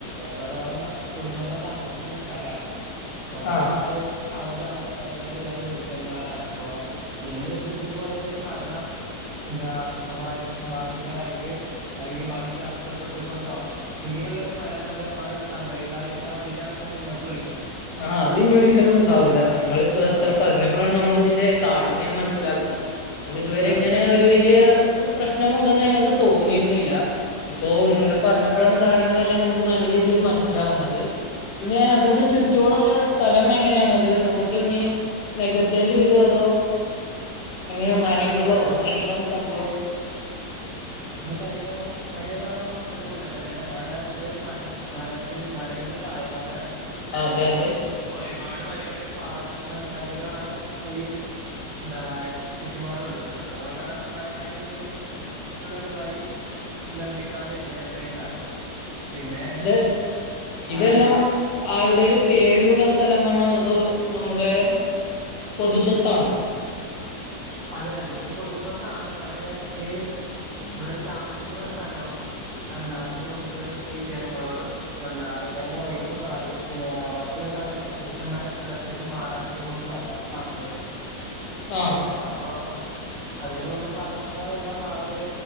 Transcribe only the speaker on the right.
എമ്പതോളം കാ കുടുംബങ്ങൾ താമസിക്കുന്ന സ്ഥലാണ് പ്രധാനമായ
അവർ ത അോടുള്ളത് വൃദ്ധന്മാരാണ് അപ്പൊ ഇനി ഇ ഇതുപോലത്തെ ഒരു മരണം എന്താസുഖമായ ബാധ്യതരായിട്ട് അല്ലെങ്കിൽ വഴി തടസ്സപ്പെട്ടുക കൊണ്ടോ ഇനിയുള്ള ഒരു മരണം അത് അവിടെ ബൈക്കാതിരിക്കാൻ വേണ്ടിട്ടാണ് ഇപ്പ നിങ്ങക്ക് വിളുന്നത്
ആഹ്
അതെ
അത് കഴിഞ്ഞ കഴിഞ്ഞ തവണ പറഞ്ഞത് പോലെ തന്നെ അവിടെ ഇതൊരു മല മലത്തിന് മലയുടെ തായ്വാരാണ്
അപ്പൊ
ഒരുപാട് വലിയ വലിയ പാറ കഷണ കല്ലുകളാണ് ഈ എന്താ ചുറ്റുപാടുള്ളത് അതുകൊണ്ടാണ് പ്രധാനമായിട്ട് ഇത് രു വഴി നിർമ്മിക്കാതിരുന്ന ഇത്രയും കാലം പിന്നെ
എന്താ
അതെ അതെ ഇത് പൊതു സ്വത്താണ് പക്ഷെ ഈ വര് താമസിക്കുന്ന സ്ഥലവും എന്താ അതിനന് മുമ്പ് ഈ ജനങ്ങളോട് എന്താ ഇവിടുന്ന് ഒഴിഞ്ഞു മാറി പിന്നെ മറ്റ നല്ല സുരക്ഷമായ സ്ഥലത്തേക്ക് മാറാൻ ഇതിനരാ പറഞ്ഞരുന്നു
അപ്പൊ അതിന് മുമ്പ് പറഞ്ഞപ്പോഴെല്ലാം അവര്